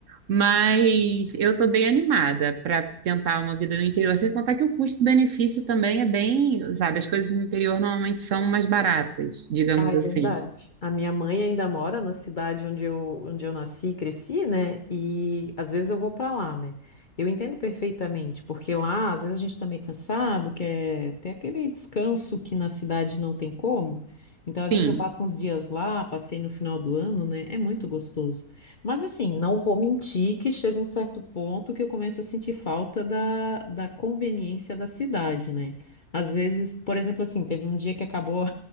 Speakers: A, on the right; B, on the left.
A: Mas eu tô bem animada para tentar uma vida no interior. Sem contar que o custo-benefício também é bem, sabe? As coisas no interior normalmente são mais baratas, digamos
B: Ah, é
A: assim.
B: verdade. A minha mãe ainda mora na cidade onde eu, onde eu nasci e cresci, né? E às vezes eu vou para lá, né? Eu entendo perfeitamente, porque lá às vezes a gente tá meio cansado, quer ter aquele descanso que na cidade não tem como. Então,
A: Sim,
B: às vezes eu passo uns dias lá, passei no final do ano, né? É muito gostoso. Mas assim, não vou mentir que chega um certo ponto que eu começo a sentir falta da, da conveniência da cidade, né? Às vezes, por exemplo, assim, teve um dia que acabou